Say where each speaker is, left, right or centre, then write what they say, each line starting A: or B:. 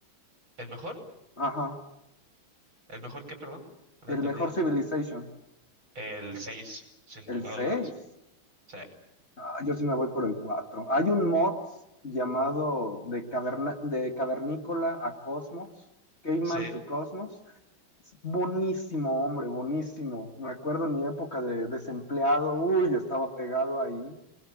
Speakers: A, on the right (about 75°); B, on the left (about 30°).
A: ¿El mejor?
B: Ajá,
A: ¿El mejor qué, perdón? No
B: el
A: te he entendido.
B: mejor Civilization.
A: El 6 sin lugar
B: El seis,
A: a dudas. Sí,
B: Ah, yo sí me voy por el 4. Hay un mod llamado de, caverna, de Cavernícola a Cosmos, Caveman
A: sí,
B: to Cosmos. Es buenísimo, hombre, buenísimo. Me acuerdo en mi época de desempleado, uy, estaba pegado ahí,